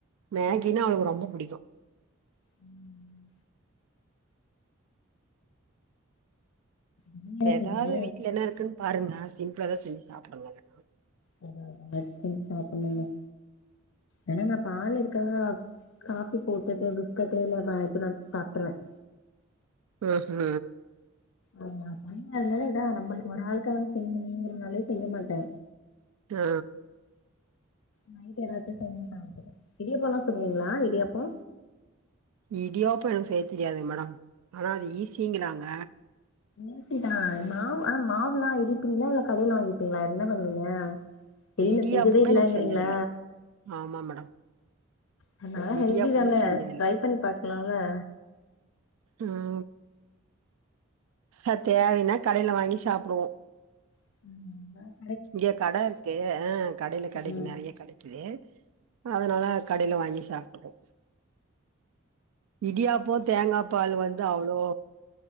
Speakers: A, on the right (about 90°); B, on the left (about 65°).
A: மேகினா அவளுக்கு ரொம்ப புடிக்கும்
B: உம் நீங்க
A: இப்ப
B: என்ன
A: எதாவது
B: செஞ்சீங்க
A: வீட்டுல என்ன இருக்குன்னு பாருங்க சிம்பிளா எதாவது செஞ்சி சாப்பிடுங்க இல்லன்னா
B: அதா அதா <unintelligible> பாக்கணுக ஏன்னா நான் பால் இருக்கா காஃபி போட்டுட்டு பிஸ்கட்டு இல்ல இது வேற எதுனாச்சு சாப்பிட்ருவேன்
A: ம் ஹூ
B: ஆ பன்னால இதா நம்மளுக்கு ஒரு ஆளுக்காக செய்யணுமேங்கிறனாலே செய்ய மாட்ட
A: ஆ
B: நைட் ஏதாச்சு செஞ்சி சாப்டுவே இடியப்பல்லா சுடுவீங்களா இடியாப்ப
A: இடியாப்ப எனக்கு செய்ய தெரியாது மேடம் ஆனா அது ஈஸிங்கிறாங்க
B: ஈசிதா மாவு ஆனா மாவுல்லா இடிப்பீங்களா இல்ல கடையில வாங்கிப்பீங்களா என்ன பண்ணுவீங்க செய்யல
A: இடியாப்பமே
B: செஞ்சதே இல்லாங்கிறீங்களா
A: நா செஞ்சதில்ல ஆமா மேடம்
B: அது நல்ல
A: இடியாப்பமே
B: ஹெல்தி தான
A: செஞ்சதில்ல
B: ட்ரை பண்ணி பாக்கலால
A: ஆ அ தேவைனா கடைல வாங்கி சாப்டுவோ
B: ம்
A: இங்க கடை இருக்கு ஆ கடையில கடைக்கு
B: ம்
A: நெறைய கடைக் கு அதனால கடைல வாங்கி சாப்ட்டுக்கோ இடியாப்ப தேங்கா பால் வந்து அவ்ளோ